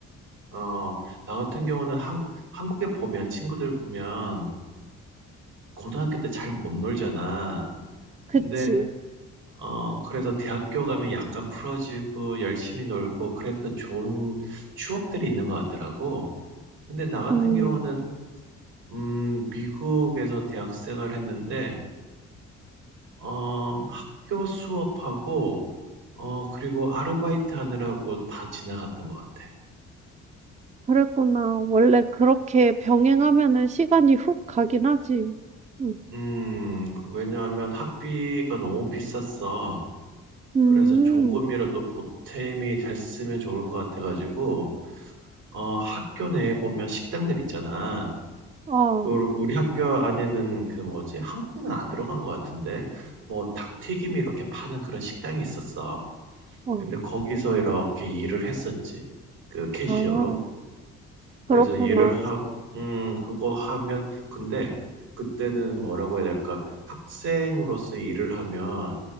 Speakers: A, on the right (about 85°); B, on the right (about 25°).
A: 어, 나 같은 경우는 한, 한국에 보면, 친구들 보면, 고등학교 때 잘 못 놀잖아.
B: 그치?
A: 근데, 어, 그래서 대학교 가면 약간 풀어지고 열심히 놀고 그랬던 좋은 추억들이 있는 것 같더라고. 근데 나 같은
B: 음,
A: 경우는, 음, 미국에서 대학 생활 했는데, 어, 학교 수업하고, 어, 그리고 아르바이트 하느라고 다 지나갔던 것 같아.
B: 그랬구나. 원래 그렇게 병행하면은 시간이 훅 가긴 하지. 음.
A: 음, 왜냐하면 학비가 너무 비쌌어.
B: 음.
A: 그래서 조금이라도 보탬이 됐으면 좋을 것 같아가지고, 어, 학교 내에 보면 식당들 있잖아.
B: 어.
A: 우- 우리 학교 안에는 그 뭐지? 한국에는 안 들어간 것 같은데, 뭐 닭튀김 이렇게 파는 그런 식당이 있었어.
B: 어.
A: 근데 거기서 이렇게 일을 했었지. 그 캐시어로.
B: 아. 그렇구나.
A: 그래서 일을 하, 음, 그거 하면, 근데 그때는 뭐라고 해야 될까? 학생으로서 일을 하면